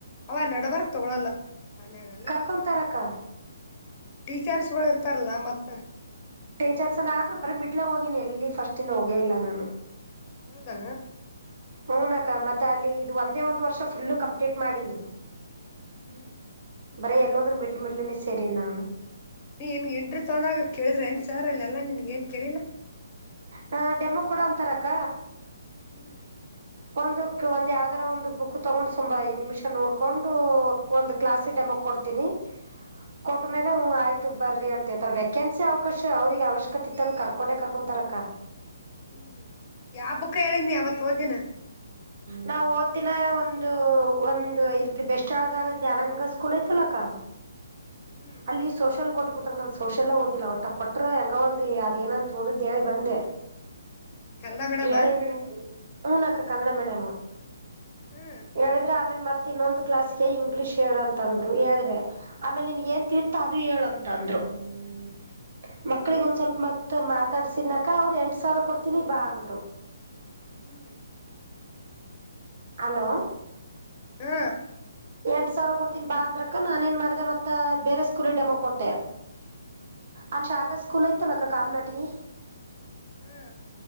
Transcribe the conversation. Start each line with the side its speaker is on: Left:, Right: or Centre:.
Left: ಅವ ನಡ್ವರ್ಕ್ ತಗೊಳಲ್ಲ ಶಾಲೆಗಲ್ಲ.
Right: ಕರ್ಕೊಂತಾರಕ್ಕ
Left: ಟೀಚರ್ಸ್ಗಳು ಇರ್ತಾರಲ್ಲ ಮತ್ತ.
Right: ಟೀಚರ್ಸ್ನ ಆದ್ರರು ಬರೀ ಮಿಡ್ಲಾಗ ಹೋಗೀನಿ ಎಲ್ಲಿ ಫಸ್ಟ್ ಇಂದ ಹೋಗೇ ಇಲ್ಲ ನಾನು.
Left: ಹೌದಾ
Right: ಹುನಕ್ಕ ಮತ್ತೆ ಅಲ್ಲಿ ಇದು ಒಂದೇ ಒಂದ್ ವರ್ಷ ಫುಲ್ಲು ಕಂಪ್ಲೀಟ್ ಮಾಡಿನಿ.
Left: ಹ್ಮ್
Right: ಬರೇ ಎಲ್ಲಾದ್ರೂ ಮಿಡ್ಲ್ ಮಿಡ್ಲ್ ನೆ ಸೇರಿ ನಾನು.
Left: ನೀ ಎನ್ ಎಂಟ್ರಿ ತೊದಾಂಗ ಕೇಳಿದ್ರೆ ಏನ್ ಸರ್ ಅಲ್ಲಿ ಎಲ್ಲಾ ನಿನ್ಗ ಏನ್ ಕೇಳಿಲ್ಲ.
Right: ಹ ಡೆಮೋ ಕೂಡು ಅಂತಾರಕ್ಕ.
Left: ಹ್ಮ್
Right: ಒಂದುಕ್ ಒಂದ್ ಯಾವ್ದರ ಒಂದು ಬುಕ್ ತೊಗೊಂಡ್ ತುಂಬಾ ಐದ್ ನಿಮಿಷ ನೋಡ್ಕೊಂಡು ಒಂದ್ ಕ್ಲಾಸ್ ಡೆಮೊ ಕೊಡ್ತೀನಿ ಕೊಟ್ಟ್ಮೇಲೆ
Left: ಹ್ಮ್
Right: ಹು ಆಯ್ತು ಬರ್ರಿ ಅಂತ ಎತಾರ ವೆಕೆನ್ಸಿ ಅವಕಾಶ ಅವ್ರಿಗೆ ಅವಶ್ಯಕತೆ ಇತ್ತ ಅಂದ್ರ ಕರ್ಕೊಂಡೆ ಕರ್ಕೊಂತಾರಕ್ಕ.
Left: ಹ್ಮ್ ಯಾವ ಬುಕ್ಕ ಹೇಳಿನಿ ಅವತ್ ಓದ್ದಿನ.
Right: ನಾವ್ ಓದ್ ದಿನ ಒಂದು ಒಂದು ಇಲ್ಲಿ ಬೆಸ್ಟ್ ಆಳದಾಗ ಜ್ಞಾನಂಗ ಸ್ಕೂಲ್ ಐ್ತಲ್ಲಕ್ಕ.
Left: ಹ್ಮ್
Right: ಅಲ್ಲಿ ಸೋಷಲ್ ಕೊಟ್ಟಬಿಟ್ -- ಕೊಟ್ರು ನನ್ ಸೋಷಲ್ ಓದಿಲ್ಲ ಒಟ್ಟ ಕೊಟ್ರ ಹೆಂಗ ಒಂದು ಅದ ಏನಂತ ಓದಿದ್ ಹೇಳ್ ಬಂದೆ. <unintelligible>
Left: ಕನ್ನಡ ಮೇಡಮ
Right: ಹು ನಕ್ಕ ಕನ್ನಡ ಮೀಡಿಯಾ ಮ್
Left: ಹಾ
Right: ಹೇಳಿದ್ರೆ ಆಮೇಲ್ ಮತ್ತ ಇನ್ನೊಂದು ಕ್ಲಾಸ್ಗೆ ಇಂಗ್ಲಿಷ್ ಹೇಳಂತಂದ್ರು ಹೇಳ್ದೆ. ಆಮೇಲ್ ನಿನಗ್ ಏನ್ ತಿವಿತ್ತ ಅದು ಹೇಳಂತ ಅಂದ್ರು ಹ್ಮ್ ಮ ಒಂದ ಸ್ವಲ್ಪ ಮತ್ ಮಾತಾಡ್ಸಿನಕ ಅವ್ರ ಎಂಟ ಸಾವಿರ ಕೊಡ್ತೀನಿ ಬಾ ಅಂದ್ರು.
Left: ಹ್ಮ್
Right: ಹಲೋ
Left: ಹ್ಮ
Right: ಎಂಟ್ ಸಾವಿರ ಕೊಡ್ತೀನ್ ಬಾ ಅಂದ್ರಕ ನಾನ ಏನ್ ಮಾಡ್ದ ಮತ್ತ ಬೇರೆ ಸ್ಕೂಲಿಗ್ ಡೆಮೊ ಕೊಟ್ಟೆ ಅಲ್ಲಿ ಶಾರದಾ ಸ್ಕೂಲ್ ಐತಲ್ಲಕ್ಕ ಕಾಮ್ನಾಟ್ಗಿ.
Left: ಹ್ಮ್